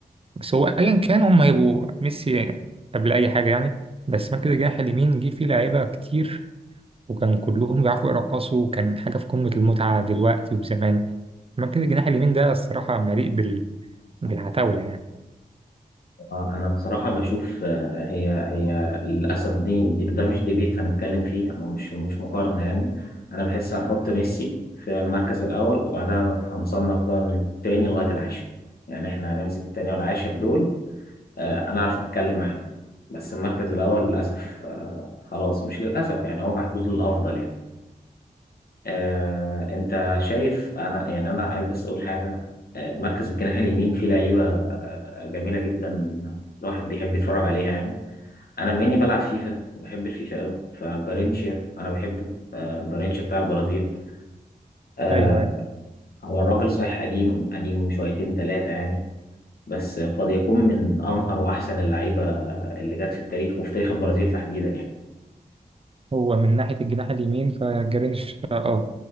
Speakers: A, on the right (about 35°); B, on the left (about 75°).
A: بس هو أيا كان هم هيبقوا ميسي قبل أي حاجة يعني بس مركز الجناح اليمين جه فيه لعيبة كتير وكان كلهم بيعرفوا يرقصوا وكان حاجة في قمة المتعة دلوقتي وزمان مركز الجناح اليمين ده الصراحة مليء بال... بالعتاولة يعني
B: آه، أنا بصراحة بشوف آه، هي هي للأسف دي دي- ده مش ديبيت هنتكلم فيه أو مش مش مقارنة يعني أنا بحس هنحط ميسي في المركز الأول وبعدها هنصنف بقى من التاني لغاية العاشر يعني إحنا هنمسك التاني والعاشر دول آه، أنا أعرف أتكلم معاهم بس المركز الأول للأسف آه، خلاص مش للأسف يعني هو محجوز للأفضل يعني آه، انت شايف انا يعني انا عايز بس اقول حاجه آه، مركز الجناح اليمين فيه لعيبه آه، آه، جميله جدا الواحد بيحب يتفرج عليها يعني انا بما اني بلعب فيفا وبحب الفيفا قوي فجارينشيا انا بحبه آه، جارينشيا بتاع البرازيل آه،
A: أيوه
B: هو الراجل صحيح قديم قديم شويتين ثلاثه يعني بس قد يكون من امهر واحسن اللعيبه اللي جت في التاريخ وفي تاريخ البرازيل تحديدا يعني
A: هو من ناحية الجناح اليمين فجرينش اه